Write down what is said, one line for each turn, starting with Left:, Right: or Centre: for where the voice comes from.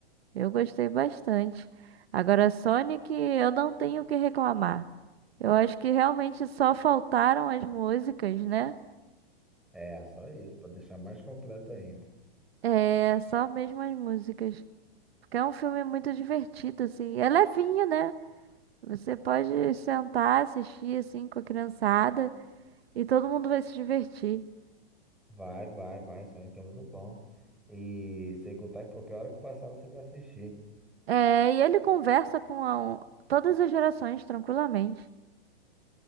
Right: Eu gostei bastante. Agora, Sonic, eu não tenho o que reclamar. Eu acho que realmente só faltaram as músicas, né?
Centre: É, só isso, para deixar mais completo ainda.
Right: É, só mesmo as músicas. Porque é um filme muito divertido, assim. É levinho, né? Você pode sentar, assistir, assim, com a criançada e todo mundo vai se divertir.
Centre: Vai, vai, vai, Sonic é muito bom. E sem contar que qualquer hora que passar você vai assistir.
Right: É, e ele conversa com a- um, todas as gerações tranquilamente.